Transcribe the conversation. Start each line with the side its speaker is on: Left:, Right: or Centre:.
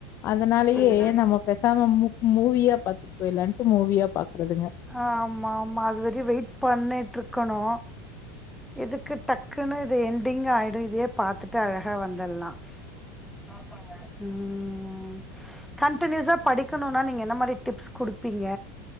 Left: அதனாலேயே
Centre: சேரி
Left: நம்ம பேசாம மூ மூவியா பாத்துட்டு போய்ராலான்ட்டு மூவியா பாக்குறதுங்க
Centre: ஆமா ஆமா அதுவர வெயிட் பண்ணிடட்டுருக்கணு இதுக்கு டக்குன்னு இது என்டிங்க் ஆகிடும் இதையே பாத்துட்டு அழகாக வந்துடலா ஆமாங்க ம் கன்டினியூஸா படிக்கணுன்னா நீங்க என்ன மாரி டிப்ஸ் குடுப்பீங்க